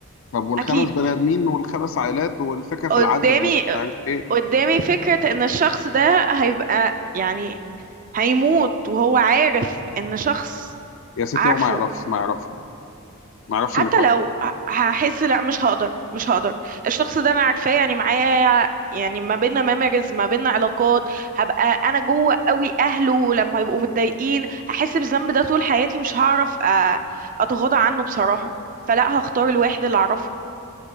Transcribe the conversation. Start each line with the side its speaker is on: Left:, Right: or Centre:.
Left: طب والخمس
Right: اكيد
Left: بني ادمين والخمس عائلات والفكره
Right: قدامي
Left: في العدد ومش عارف ايه
Right: قدامي فكرة ان الشخص ده هيبقى يعني هيموت وهو عارف ان شخص
Left: يا ستي
Right: عارفه
Left: هو ما يعرفش ما يعرفش ما يعرفش ما يعرفش
Right: حتى
Left: انك واقف
Right: لو ه- هحس لا مش هقدر مش هقدر الشخص ده انا عارفاه يعني معايا يعني ما بيننا ميموريز ما بيننا علاقات هبقى انا جوه قوي اهله لما يبقوا متضايقين هحس بالذنب ده طول حياتي مش هعرف أ- اتغاضى عنه بصراحة فلا هختار الواحد اللي اعرفه